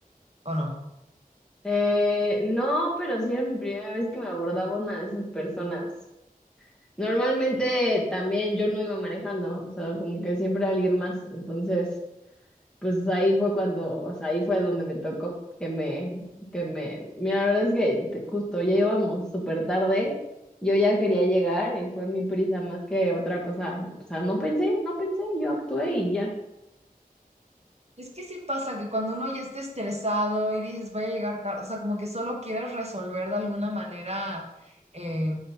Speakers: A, on the right; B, in the centre.
A: o no?
B: Eh, no, pero sí era mi primera vez que me abordaba una de esas personas. Normalmente también yo no iba manejando, o sea, como que siempre alguien más, entonces... pues ahí fue cuando, o sea, ahí fue donde me tocó, que me, que me, mira, la verdad es que te- justo ya íbamos súper tarde, yo ya quería llegar y fue mi prisa más que otra cosa, o sea, no pensé, no pensé, yo actué y ya.
A: Es que sí pasa que cuando uno ya está estresado y dices, voy a llegar tarde, o sea, como que solo quieres resolver de alguna manera, eh,